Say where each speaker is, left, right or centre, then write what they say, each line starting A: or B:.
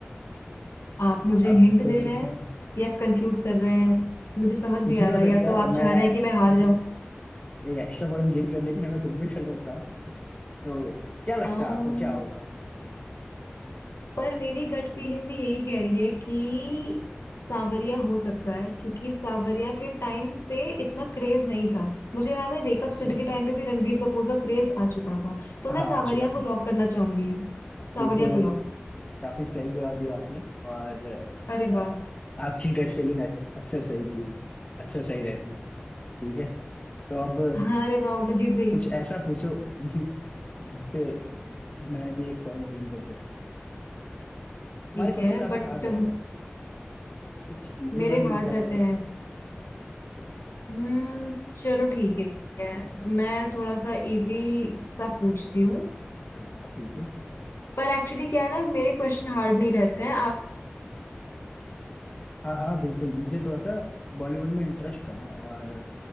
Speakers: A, on the left (about 75°); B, on the left (about 30°).
A: आप मुझे
B: आप
A: हिंट
B: सोच
A: दे
B: सकते
A: रहे हैं
B: हैं
A: या कंफ्यूज कर रहे हैं मुझे समझ
B: कुछ
A: नहीं आ
B: भी
A: रहा
B: हो सकता
A: या तो
B: है
A: आप
B: मैं
A: चाह रहे हैं कि मैं हार
B: एक एक्स्ट्रा पॉइंट गेन करने के लिए मैं कुछ भी कर सकता हूँ तो क्या लगता
A: जाऊं
B: है आपको क्या होगा
A: पर मेरी गट फीलिंग भी यही कह रही है कि सावरिया हो सकता है क्योंकि सावरिया के टाइम पे इतना क्रेज नहीं था मुझे याद है वेकअप
B: अच्छा
A: सिड के टाइम पे भी रणबीर कपूर का क्रेज आ चुका था तो
B: हाँ
A: मैं सावरिया
B: अच्छी बात है
A: को लॉक करना चाहूंगी सावरिया
B: बिल्कुल
A: को लॉक
B: काफी सही जवाब दिया आपने और
A: अरे
B: अ,
A: वाह
B: आपकी गट फीलिंग अक्सर सही थी अक्सर सही रहती है ठीक है तो अब
A: हाँ अरे वाह मैं जीत गई
B: कुछ ऐसा पूछो जि- जिससे मैं भी एक पॉइंट गेन कर सकूं तुम्हारे
A: ठीक
B: क्वेश्चन
A: है
B: काफी
A: बट
B: हार्ड रहता है कुछ इजी
A: मेरे
B: वन मिल
A: हार्ड
B: जाता
A: रहते हैं
B: तो
A: हम्म चलो ठीक है मैं थोड़ा सा इजी सा पूछती हूँ
B: हाँ हाँ ठीक है
A: पर एक्चुअली क्या है ना मेरे क्वेश्चन हार्ड नहीं रहते हैं आपको
B: हाँ हाँ बिल्कुल मुझे थोड़ा सा बॉलीवुड में इंटरेस्ट कम है और